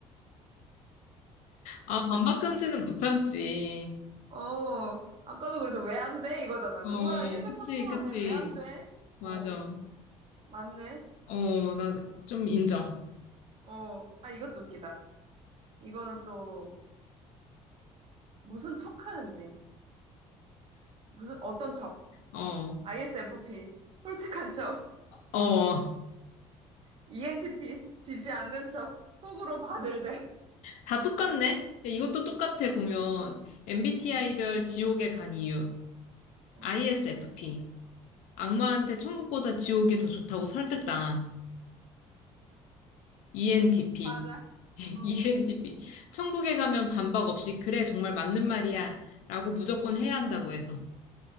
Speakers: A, on the left; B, on the right.
A: 아, 반박 금지는 못 참지.
B: 아, 어, 아까도 그래서 왜 안 돼? 이거잖아.
A: 어,
B: 그거랑 일맥상통하네.
A: 그치, 그치.
B: 왜 안 돼?
A: 맞아.
B: 어, 맞네.
A: 어, 난 좀 인정.
B: 어, 아, 이것도 웃기다. 이거는 또 무슨 척 하는지. 무슨, 어떤 척.
A: 어,
B: ISFP. 솔직한 척.
A: 어.
B: ENTP. 지지 않는 척. 속으로 바늘대.
A: 다 똑같네? 이것도 똑같아, 보면. MBTI별 지옥에 간 이유.
B: 어,
A: ISFP. 악마한테
B: 음,
A: 천국보다 지옥이 더 좋다고 설득당함. ENTP.
B: 맞아. 어.
A: ENTP. <laughs> 천국에 가면 반박 없이, 그래, 정말 맞는 말이야. 라고 무조건 해야 한다고 해서.